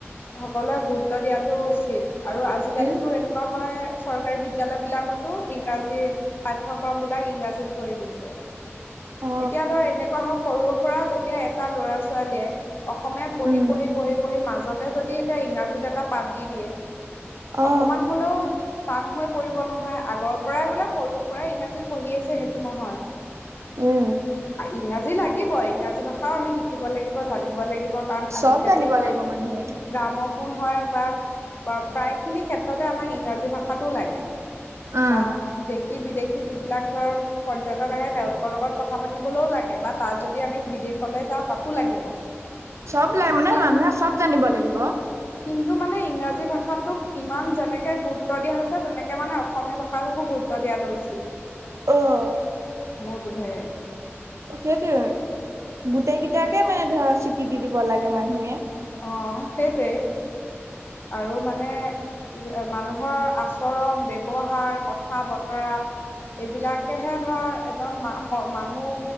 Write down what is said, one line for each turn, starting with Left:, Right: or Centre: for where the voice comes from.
Left: সকলোৱে গুৰুত্ব দিয়াটো উচিত আৰু আজিকালিতো
Right: উম
Left: এনেকুৱা হয় চৰকাৰী বিদ্যালয়বিলাকত ইংৰাজী পাঠ্যক্ৰমবিলাক ইংৰাজীত কৰি দিছে।
Right: অ
Left: এতিয়া ধৰ এনেকুৱা হওক সৰুৰ পৰা যেতিয়া এটা ল'ৰা ছোৱালীয়ে অসমীয়াত পঢ়ি
Right: উম
Left: পঢ়ি পঢ়ি পঢ়ি মাজতে যদি এতিয়া ইংৰাজীত এটা পাঠ দি দিয়ে।
Right: অ
Left: অকমান হ'লেও টান হৈ পৰিব নহয়। আগৰ পৰাই বোলে সৰুৰ পৰাই ইংৰাজীত পঢ়ি আহিছে সেইটো নহয়।
Right: উম
Left: ইংৰাজী লাগিবই ইংৰাজী ভাষাও আমি শিকিব লাগিব জানিম কাৰণ আজিকালি
Right: চব জানিব
Left: ধৰ
Right: লাগিব মানুহে
Left: গ্ৰামোফোন হয় বা প্ৰায়খিনি ক্ষেত্ৰতে আমাক ইংৰাজী ভাষাটো লাগে
Right: উম
Left: বা দেশী বিদেশী যিবিলাক ধৰ পৰ্যটক আহে, তেওঁলোকৰ লগত কথা পাতিবলৈও লাগে বা তাত যদি আমি বিদেশলৈ যাওঁ তাতো লাগিব।
Right: চ'ব নাই মানে
Left: কি
Right: মানুহে চ'ব জানিব লাগিব।
Left: কিন্তু মানে ইংৰাজী ভাষাটোক ইমান যেনেকে গুৰুত্ব দিয়া হৈছে, তেনেকে মানে অসমীয়া অসমীয়া ভাষাটোকো গুৰুত্ব দিয়াটো উচিত।
Right: অহ'
Left: মোৰ বোধেৰে।
Right: সেইটোৱে গোটেই কেইটাকে মানে ধৰ স্বীকৃতি দিব লাগে মানুহে।
Left: অ' সেইটোৱেই আৰু মানে মানুহৰ আচৰণ ব্যৱহাৰ কথা বতৰা। এইবিলাকেহে ধৰ এজন ম মানুহ